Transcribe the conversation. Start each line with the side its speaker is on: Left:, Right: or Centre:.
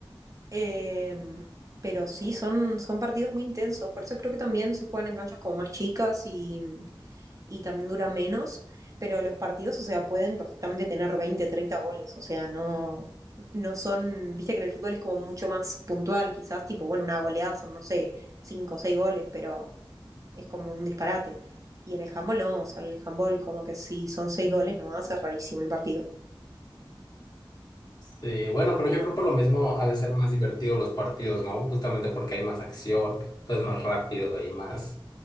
Right: Eh, pero sí, son, son partidos muy intensos. Por eso creo que también se juegan en canchas como más chicas y, y también dura menos, pero los partidos, o sea, pueden perfectamente tener 20 30 goles, o sea, no, no son, viste que en el fútbol es como mucho más puntual, quizás tipo, bueno, una goleada son, no sé, 5 o 6 goles, pero es como un disparate. Y en el handball no, o sea, en el handball como que si son 6 goles no va a ser rarísimo el partido,
Left: Sí, bueno,
Right: pero
Left: pero yo
Right: bueno.
Left: creo por lo mismo ha de ser más divertido los partidos, ¿no? Justamente porque hay más acción, entonces más rápido y más,